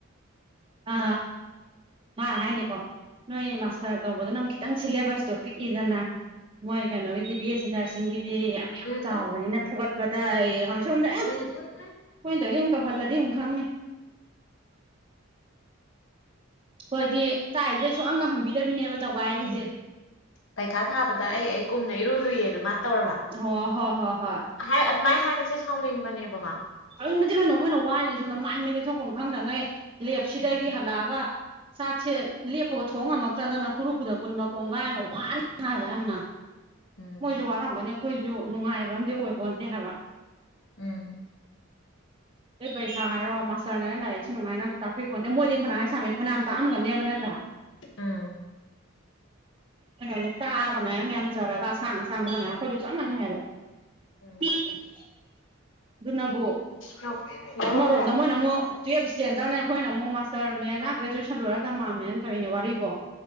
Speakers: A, on the right; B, on the left.
A: ꯑ ꯃꯥ ꯍꯥꯏꯅꯦ ꯀꯣ ꯅꯣꯏ
B: ꯎꯝ
A: ꯃꯥꯁꯇꯔ ꯇꯧꯕꯗꯅ ꯑꯃꯨꯛ ꯈꯤꯇꯪ ꯁꯤꯂꯦꯕꯁꯇꯣ ꯄꯤꯛꯏꯗꯅ ꯃꯣꯏ ꯀꯩꯅꯣꯒꯤꯗꯤ ꯕꯤ ꯑꯦꯁ ꯁꯤ ꯅꯔꯁꯤꯡꯒꯤꯗꯤ ꯌꯥꯝ ꯌꯥꯝ
B: ꯎꯝ ꯎꯝ
A: ꯆꯥꯎꯕꯅꯤꯅ
B: ꯎꯝ ꯎꯝ
A: ꯐꯨꯒꯠꯄꯗ ꯑꯩ ꯁꯣꯝꯗ ꯑꯦ
B: <unintelligible>
A: ꯑꯩꯈꯣꯏꯟ ꯇꯧꯋꯤꯖꯦ ꯑꯃꯨꯛ ꯇꯧꯍꯜꯂꯗꯤ ꯑꯃꯨꯛ ꯈꯪꯅꯤ ꯈꯣꯏꯗꯤ ꯇꯥꯛꯏꯒꯩ ꯁꯨꯛꯍꯪꯒ ꯍꯪꯕꯤꯗꯕꯤꯅꯦꯕ ꯇꯧꯒꯥꯏꯔꯤꯖꯦ
B: ꯎꯝ ꯄꯩꯈꯥ ꯊꯥꯕꯗ ꯑꯩ ꯑꯩ ꯀꯨꯝꯅ ꯏꯔꯨ ꯂꯨꯏ ꯑꯗꯣ ꯃꯥ ꯇꯧꯔꯕ
A: ꯍꯣ ꯍꯣꯏ ꯍꯣꯏ ꯍꯣꯏ
B: ꯍꯥꯏ ꯑꯗꯨꯃꯥꯏꯟ ꯍꯥꯏꯕꯖꯦ ꯁꯥꯎꯅꯤꯡꯕꯅꯦꯕꯀꯣ
A: ꯁꯥꯎꯅꯤꯡꯗ꯭ꯔꯗꯤ ꯀꯩꯅꯣ ꯑꯩꯈꯣꯏꯅ ꯋꯥꯔꯤꯖꯦ ꯁꯣꯝꯗ ꯃꯥꯏ ꯃꯤꯠ ꯇꯩꯊꯣꯛꯐꯝ ꯈꯪꯗꯉꯩ ꯂꯦꯞꯁꯤꯗꯒꯤ
B: ꯎꯝ
A: ꯍꯜꯂꯛꯑꯒ ꯆꯥꯛꯁꯦ ꯂꯦꯞꯄꯒ ꯊꯣꯡ ꯉꯝꯃꯛꯇꯗꯅ ꯈꯨꯔꯨ ꯈꯨꯗꯛ ꯀꯨꯟꯕ ꯀꯣꯡꯒꯥꯏ ꯑꯃ ꯋꯥꯔꯤꯅꯤ ꯍꯥꯏꯕ ꯌꯥꯝꯅ
B: ꯎꯝ
A: ꯃꯣꯏꯖꯨ ꯋꯥꯔꯝꯒꯅꯤ ꯑꯩꯈꯣꯏꯖꯨ ꯅꯨꯡꯉꯥꯏꯕ ꯑꯝꯗꯤ ꯑꯣꯏꯄꯣꯟꯇꯦ ꯍꯥꯏꯕ
B: ꯎꯝ
A: ꯑꯗꯩ ꯄꯔꯤꯈꯥ ꯍꯥꯏꯔꯣ ꯃꯥꯁꯇꯔꯅꯅ ꯂꯥꯏꯔꯤꯛ ꯁꯤ ꯅꯨꯡꯉꯥꯏꯅ ꯇꯥꯛꯄꯤꯄꯣꯟꯗꯦ ꯃꯣꯏꯗꯤ ꯐꯅ ꯍꯥꯏ ꯁꯥꯝꯃꯦ ꯐꯅꯌꯥꯝ ꯇꯥꯛꯑꯝꯒꯅꯦꯕ ꯅꯠꯇ꯭ꯔ
B: ꯎꯝ
A: ꯀꯩꯅꯣꯅ ꯇꯥꯛꯑꯒ ꯃꯌꯥꯝ ꯃꯌꯥꯝ ꯆꯔꯒ ꯑꯁꯥꯡ ꯑꯁꯥꯡꯗ ꯍꯪꯉꯛꯑꯦ ꯑꯩꯈꯣꯏꯖꯨ ꯆꯞ ꯃꯥꯟꯅꯩ ꯍꯥꯏꯕ
B: ꯎꯝ
A: <unintelligible> ꯑꯗꯨꯅꯕꯨ
B: ꯌꯥꯎꯔꯝꯗ꯭ꯔꯦ
A: ꯑꯃꯔꯣꯝꯗ
B: ꯑꯥ
A: ꯃꯣꯏꯅ ꯑꯃꯨꯛ ꯇꯨꯋꯦꯜꯐ ꯁ꯭ꯇꯦꯟꯗꯥꯔꯅꯦ ꯑꯩꯈꯣꯏꯅ ꯑꯃꯨꯛ ꯃꯥꯁꯇꯔꯅꯦꯅ ꯒ꯭ꯔꯦꯖꯨꯌꯦꯁꯟ ꯂꯣꯏꯔ ꯇꯝꯃꯛꯑꯝꯅꯦꯅ ꯇꯧꯋꯤꯅꯦ ꯋꯥꯔꯤꯕꯣ